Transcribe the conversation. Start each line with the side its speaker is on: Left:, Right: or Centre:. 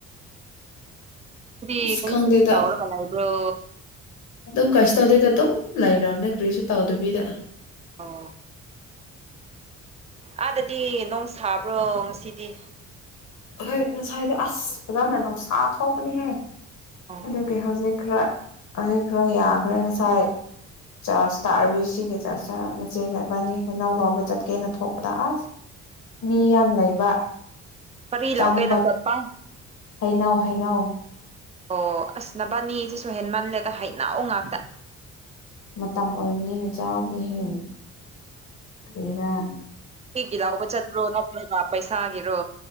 Right: ꯗꯤ
Left: ꯁꯀꯥꯎꯗꯗ
Right: ꯀꯔꯤ ꯀꯔꯤ ꯇꯧꯔꯒ ꯂꯩꯕ꯭ꯔꯣ
Left: ꯑꯗꯨꯝ ꯀꯩꯁꯨ ꯇꯧꯗꯣꯏꯗ ꯑꯗꯨꯝ ꯂꯩꯔꯕꯅꯦ ꯀꯔꯤꯁꯨ ꯇꯧꯗꯕꯤꯗ
Right: ꯑꯣ ꯑꯥꯗꯗꯤ ꯅꯣꯡ ꯁꯥꯕ꯭ꯔꯣ ꯉꯁꯤꯗꯤ
Left: ꯍꯣꯏ ꯉꯁꯥꯏꯗꯣ ꯑꯁ ꯐꯖꯅ ꯅꯨꯡꯁꯥ ꯐꯥꯎꯕꯅꯤ ꯍꯥꯏ
Right: ꯑꯥ
Left: ꯑꯗꯨꯒꯤ ꯍꯧꯖꯤꯛ ꯈꯔ ꯍꯧꯖꯤꯛ ꯈꯔ ꯌꯥꯈ꯭ꯔꯦ ꯉꯁꯥꯏ ꯆꯔꯆ ꯇꯥꯛꯔꯕꯤ ꯁꯤꯒꯤ ꯆꯔꯆꯇ ꯅꯆꯦꯒꯕꯅꯤ ꯍꯅꯥꯧ ꯂꯧꯕ ꯆꯠꯀꯦꯅ ꯊꯣꯛꯄꯗ ꯑꯁ ꯃꯤ ꯌꯥꯝ ꯂꯩꯕ
Right: ꯀꯔꯤ
Left: ꯆꯥꯡꯕ
Right: ꯂꯧꯒꯦꯅ ꯆꯠꯄ
Left: ꯍꯩꯅꯎ ꯍꯩꯅꯎ
Right: ꯑꯣ ꯑꯁ ꯅꯕꯥꯅꯤꯁꯤꯁꯨ ꯍꯦꯟꯃꯜꯂꯦꯗ ꯍꯩꯅꯑꯣ ꯉꯥꯛꯇ
Left: ꯃꯇꯝ ꯑꯣꯏꯕꯅꯤꯅ ꯆꯥꯕꯅꯤꯍꯦ ꯀꯔ
Right: ꯑꯩꯒꯤ ꯂꯥꯎꯕ ꯆꯠꯇꯄ꯭ꯔꯣ ꯅꯠꯇ꯭ꯔꯒ ꯄꯩꯁꯥꯒꯤꯔꯣ